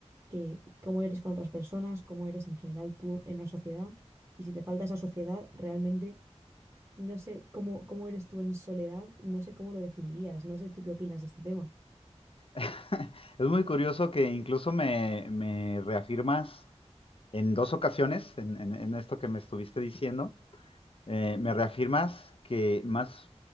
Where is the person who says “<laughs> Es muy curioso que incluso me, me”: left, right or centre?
Left